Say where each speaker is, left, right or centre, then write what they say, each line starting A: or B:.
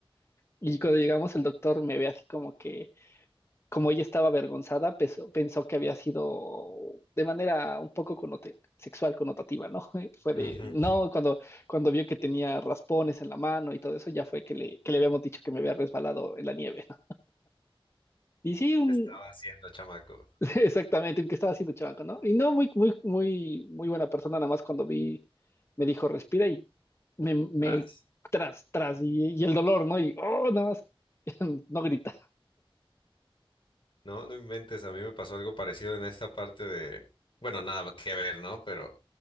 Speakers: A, on the left; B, on the left.
A: Y cuando llegamos el doctor me ve así como que, como ella estaba avergonzada, pensó, pensó que había sido de manera un poco connote- sexual connotativa, ¿no? <laughs> Fue
B: Ujú.
A: de, no, cuando, cuando vio que tenía raspones en la mano y todo eso, ya fue que le, que le habíamos dicho que me había resbalado en la nieve, ¿no? Y sí, un,
B: ¿Qué Estaba haciendo, chamaco.
A: <laughs> exactamente, un que estaba haciendo chamaco, ¿no? Y no, muy, muy, muy, muy buena persona, nada más cuando vi, me dijo, respira y me, me
B: Tras.
A: tras, tras, y, y el dolor, ¿no? Y, oh, nada más, <laughs> no grita.
B: No, no inventes. A mí me pasó algo parecido en esta parte de, bueno, nada que ver, ¿no? Pero